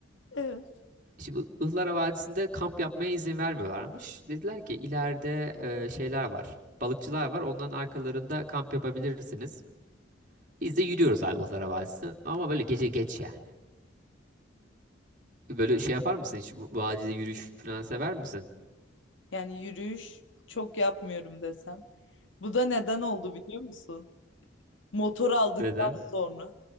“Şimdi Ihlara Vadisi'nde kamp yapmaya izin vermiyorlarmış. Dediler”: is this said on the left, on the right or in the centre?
Right